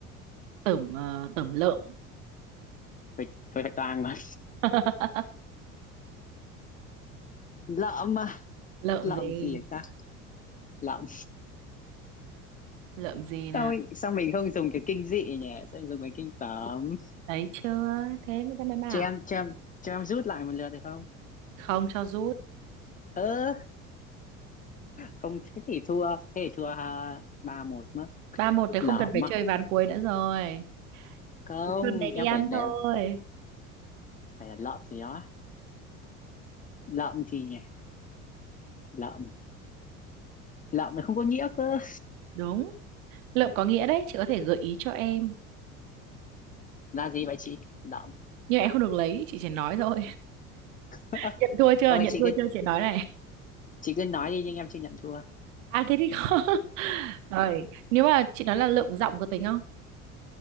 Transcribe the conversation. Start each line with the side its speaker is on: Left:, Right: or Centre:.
Right: tởm ờ, tởm lợm
Left: phải phải toàn mà
Right: <laughs>
Left: <laughs> lợm mà
Right: lợm
Left: lợm
Right: gì
Left: gì vậy ta lợm
Right: lợm gì nào
Left: sao ấy- sao mình không dùng cái kinh dị nhỉ sao mình dùng cái kinh tởm
Right: Thấy chưa? Thế người ta mới bảo
Left: cho em cho em cho em rút lại một lượt được không
Right: không cho rút.
Left: ơ không thế thì thua thế thì thua ba một mất
Right: ba một thì
Left: lợm
Right: không cần phải
Left: à
Right: chơi ván cuối nữa rồi.
Left: không
Right: Cuối tuần này đi
Left: em
Right: ăn
Left: phải để
Right: thôi.
Left: phải là lợm gì đó lợm gì nhỉ lợm lợm nó không có nghĩa cơ
Right: Đúng. Lượm có nghĩa đấy, chị có thể gợi ý cho em.
Left: là gì vậy chị lợm
Right: Nhưng em không được lấy, chị chỉ nói thôi. <laughs>
Left: <laughs>
Right: Nhận thua chưa?
Left: ok
Right: Nhận
Left: chị
Right: thua
Left: cứ
Right: chưa? Chị nói này.
Left: chị cứ nói đi nhưng em chưa nhận thua
Right: À thế thì không. <laughs> Rồi, nếu mà chị nói là lượm giọng có tính không?